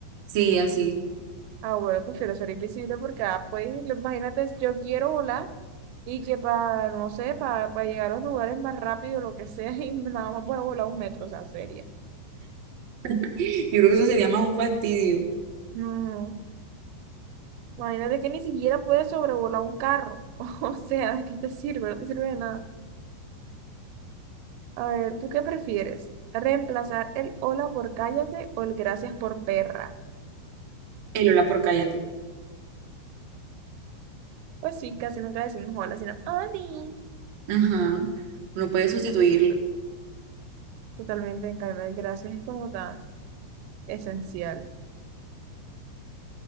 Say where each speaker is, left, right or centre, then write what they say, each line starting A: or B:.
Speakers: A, on the right; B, on the right.
A: Sí, así.
B: Ah, bueno, prefiero ser invisible porque, ah, pues, lo- imagínate, yo quiero volar y que para, no sé, para, para llegar a los lugares más rápido, lo que sea, <laughs> y nada más voy a volar un metro, o sea, seria.
A: <laughs> Yo creo que eso sería más un fastidio.
B: No. Imagínate que ni siquiera puedes sobrevolar un carro. <laughs> O sea, ¿de qué te sirve? No te sirve de nada. A ver, ¿tú qué prefieres? ¿Reemplazar el hola por cállate o el gracias por perra?
A: El hola por cállate.
B: Pues sí, casi nunca decimos hola, sino oli.
A: Ajá. No puedes sustituirlo.
B: Totalmente, en cambio, el gracias es como tan esencial.